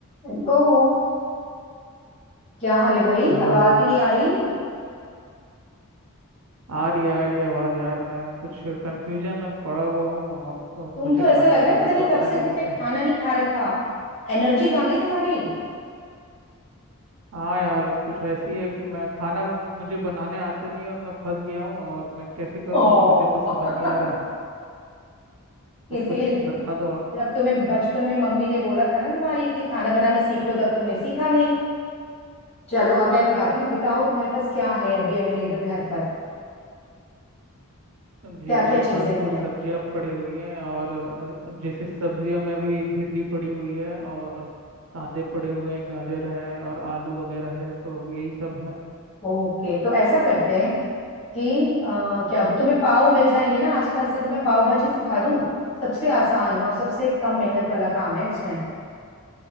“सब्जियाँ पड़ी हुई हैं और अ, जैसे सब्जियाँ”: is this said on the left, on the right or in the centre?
Right